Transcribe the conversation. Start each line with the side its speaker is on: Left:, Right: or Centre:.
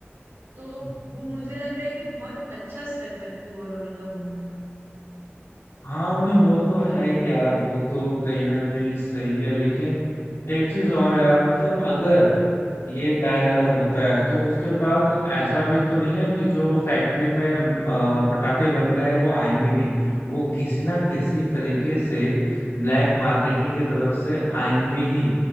Right: तो
Left: हम्म।
Right: वो मुझे लग रहा है कि बहुत अच्छा स्टेप है ओवरऑल गवर्नमेंट का
Left: हाँ उन्हें वो तो है ही यार वो तो कहीं ना कहीं सही है लेकिन एक चीज और यार मतलब अगर ये बैन अगर होता है तो उसके
Right: हम्म
Left: बाद ऐसा भी तो नहीं है कि जो फैक्ट्री में अ, पटाखे बन गए हैं वो आएंगे नहीं वो किसी ना किसी तरीके
Right: हम्म
Left: से ब्लैक मार्केटिंग की तरफ से आएंगे ही